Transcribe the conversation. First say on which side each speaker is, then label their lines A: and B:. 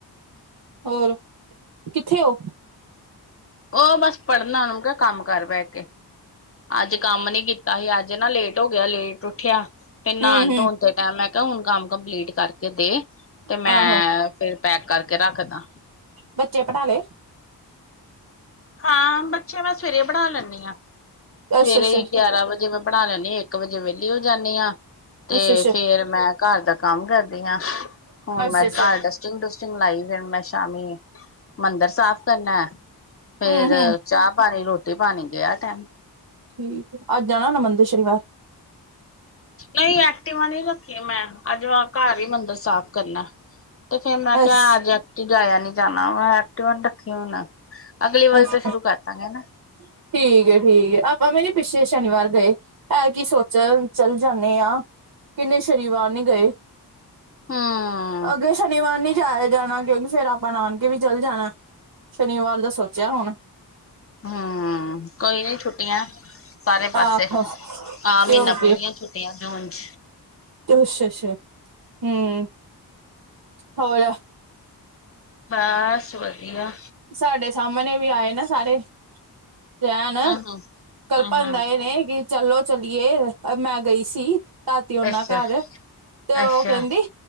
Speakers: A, on the right (about 60°); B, on the left (about 35°).
A: ਹੋਰ ਕਿੱਥੇ ਔ?
B: ਉਹ ਬਸ ਪੜ੍ਹਨਾ ਉਹਨੂੰ ਕਿਹਾ ਕਮ ਕਰ ਬਹਿ ਕੇ ਅਜ ਕਮ ਨੀ ਕੀਤਾ ਸੀ ਅਜ ਨਾ ਲੇਟ ਹੋ ਗਿਆ, ਲੇਟ ਉਠਿਆ ਫਿਰ ਨਹਾਣ
A: ਹਮ ਹਮ
B: ਧੋਣ ਟੈਮ ਮੈ ਕਿਹਾ ਹੁਣ ਕੰਮ ਕੰਪਲੀਟ ਕਰਕੇ ਦੇ ਤੇ ਮੈ
A: ਆਹੋ
B: ਫਿਰ ਪੈਕ ਕਰਕੇ ਰੱਖਦਾ
A: ਬੱਚੇ ਪੜ੍ਹਾ ਲੇ
B: ਹਾਂ ਬੱਚੇ ਮੈ ਸਵੇਰੇ ਪੜ੍ਹਾ ਲੈਦੀ ਹਾਂ, ਸਵੇਰੇ
A: ਅੱਛਾ ਅੱਛਾ ਅੱਛਾ
B: ਗਿਆਰਾਂ ਵਜੇ ਮੈ ਪੜ੍ਹ ਲੈਦੀ ਹਾ, ਇੱਕ ਵੱਜੇ ਵਿਹਲੀ ਹੋ ਜਾਦੀ ਆ, ਤੇ
A: ਅੱਛਾ
B: ਫੇਰ ਮੈ ਘਰ ਦਾ- ਕੰਮ ਕਰਦੀ ਹਾਂ
A: ਅੱਛਾ
B: ਹੁਣ ਮੈਂ ਘਰ
A: ਅੱਛਾ
B: ਦ ਟਟਿੰਗ ਟੂਸਟਿੰਗ ਲਾਈ ਫਿਰ ਮੈਂ ਸ਼ਾਮੀ ਮੰਦਿਰ ਸਾਫ ਕਰਨਾ
A: ਹਮ
B: ਫੇਰ
A: ਹਮ
B: ਚਾਹ ਪਾਣੀ ਰੋਟੀ ਪਾਣੀ ਗਿਆ ਟਾਈਮ
A: ਠੀਕ ਐ, ਅੱਜ ਜਾਣਾ ਨਾ ਮੰਦਿਰ ਸ਼ਨੀਵਾਰ
B: ਨਹੀ ਐਕਟਿਵਾ ਨਹੀ ਰੱਖੀਆਂ, ਮੈ ਅਜ ਘਰ ਹੀ ਮੰਦਿਰ ਸਾਫ਼ ਕਰਨਾ ਤੇ ਫੇਰ ਮੈ
A: ਅਸ
B: ਕਿਹਾ ਅੱਜ ਐਕਟਿਵਾ ਜਾਇਆ ਨੀ ਜਾਣਾ ਮੈਂ ਐਕਟਿਵ ਰੱਖੇ ਹੋਨਾ ਅਗਲੀ ਵਾਰੀ
A: ਅਸ
B: ਤੋਂ ਸ਼ੁਰੂ ਕਰ ਦਾਗੇ ਨਾ,
A: ਠੀਕ ਏ ਠੀਕ ਆਪਾ ਵੀ ਨੀ ਪਿੱਛੇ ਸ਼ਨੀਵਾਰ ਗਏ ਇਹ ਕੀ ਸੋਚਿਆ ਚੱਲ ਜਾਂਦੇ ਆ, ਕਿਨੇ ਸ਼ਨੀਵਾਰ ਨੀ ਗਏ
B: ਹੂੰ
A: ਅੱਗੇ ਸ਼ਨੀਵਾਰ ਨੀ ਜਾਇਆ ਜਾਣਾ, ਕਿਉਕਿ ਫੇਰ ਆਪਾ ਨਾਨਕੇ ਵੀ ਚਲ ਜਾਣਾ ਸ਼ਨੀਵਾਰ ਦਾ ਸੋਚਿਆ ਹੁਣ
B: ਹੂੰ ਕੋਈ ਨੀ ਛੁੱਟੀਆਂ ਸਾਰੇ-ਪਾਸੇ
A: ਆਹੋ
B: ਹਾਂ ਮਹੀਨਾ
A: ਤੇ ਹੋਰ
B: ਪੂਰੀਆਂ ਛੁੱ ਤੇ ਆ ਨਾ ਉਂਜ
A: ਤੈਨੂੰ ਅੱਛਾ-ਅੱਛਾ ਹੂੰ, ਹੋਰ?
B: ਬਸ ਵਧੀਆ।
A: ਸਾਡੇ ਸਾਮਣੇ ਵੀ ਆਏ ਨਾ ਸਾਰੇ। ਰੇਣ
B: ਆਹੋ
A: ਕਲਪਨ
B: ਆਹਾ
A: ਦਏ ਨੇ ਕੀ, ਚੱਲੋ ਚੱਲੀਏ, ਮੈਂ ਗਈ ਸੀ ਧਾਤੀ ਓਨਾ
B: ਅੱਛਾ
A: ਘਰ। ਤੇ
B: ਅੱਛਾ
A: ਔ ਕੈਂਦੀ